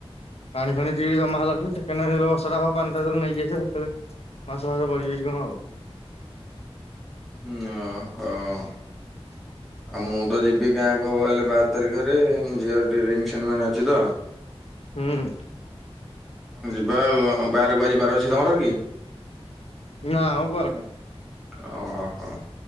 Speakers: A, on the left; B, in the centre.
A: ପାଣି ଫାଣି ଟ ଜମା ହେଲାଠୁ ସେବେ ବଷା ଟା ହବ ପାଣି ଟା ନେଇକି ଆସିବ। ମାସ ଭାସ ବଡିିଯାଇଛି କଣ ଆଉ
B: ହଁ ହଁ
A: <inaudible>
B: ଆଉ ମୁଁ ତ ଯିବି ଗାଁକୁ ହବ ହେଲେ ବାର ତାରିଖରେ ଝିଅର ଟିକେ ରିଙ୍ଗ ସେରିମନି ଅଛି ତ।
A: ହୁଁ ଉଁ
B: ଯିବା ଆଉ ବାହାରକୁ ଆ ଯିବାର ଅଛି ତମର କି?
A: ନାଁ ଆଉ କ
B: ଅ ହ